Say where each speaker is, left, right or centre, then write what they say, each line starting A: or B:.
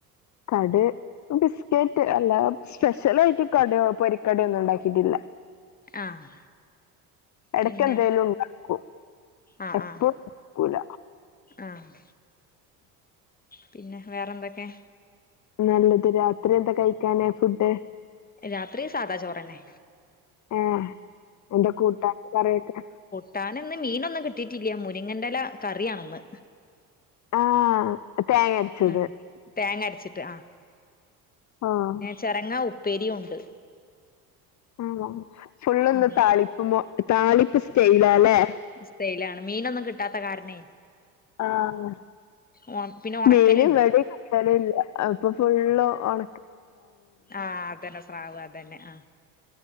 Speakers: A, on the left; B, on the left.
A: കടി ബിസ്കറ്റ് അല്ല സ്പെഷ്യലായിട്ട് കടി പൊരിക്കടി ഒന്നും ണ്ടാക്കിട്ടില്ല.
B: ആഹ്
A: എടയ്ക്ക്
B: പിന്നെ
A: ന്തേലും ണ്ടാക്കും
B: ആഹ്
A: എപ്പളും
B: ആഹ്
A: ണ്ടാക്കൂല
B: ആഹ് പിന്നെ വേറെന്തെക്കെ
A: നല്ലത് രാത്രി എന്താ കഴിക്കാന് ഫുഡ്?
B: രാത്രി സാധാ ചോറെന്നെ
A: ഏഹ് എന്താ കൂട്ടാൻ കറിയൊക്കെ?
B: ട്ടാനിന്ന് മീനൊന്നും കിട്ടിട്ടില്ല മുരിങ്ങൻ്റെല കറിയണിന്ന്
A: ആഹ് തേങ്ങ അരിച്ചത്
B: ഉം തേങ്ങ അരച്ചിട്ട്
A: ആഹ്
B: ചെരങ്ങാ ഉപ്പേരിയും ഉണ്ട്.
A: ആണോ ഫുള്ളിന്ന്
B: ഉം
A: താളിപ്പും താളിപ്പ് സ്റ്റൈലാലേ
B: സ്തയിലാണ് മീനൊന്നും കിട്ടാത്ത കാരണേ
A: ആഹ്
B: ഒ പിന്നെ ഒണക്കല്ണ്ട്
A: മീന് വടിം ചലില്ല അപ്പൊ ഫുള്ളും ഒണ
B: ആഹ് അതെന്നെ സ്രാവ് അതന്നെ ആ